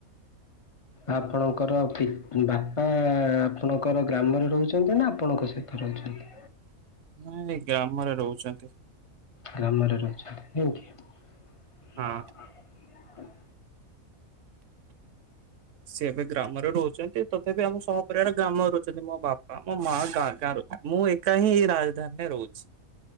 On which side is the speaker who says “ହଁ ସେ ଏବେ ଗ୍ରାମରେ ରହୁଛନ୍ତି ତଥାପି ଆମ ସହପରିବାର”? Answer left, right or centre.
Right